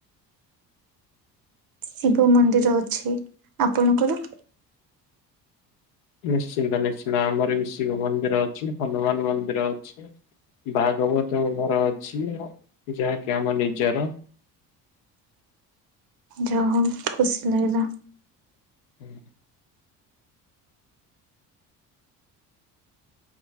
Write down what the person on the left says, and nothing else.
ନିଶ୍ଚିନ୍ତ ନିଶ୍ଚିନ୍ତ ଆମର ବି ଶିବ ମନ୍ଦିର ଅଛି, ହନୁମାନ ମନ୍ଦିର ଅଛି। ଭାଗବତ ଘର ଅଛି ଯାହାକି ଆମ ନିଜର।
ହୁଁ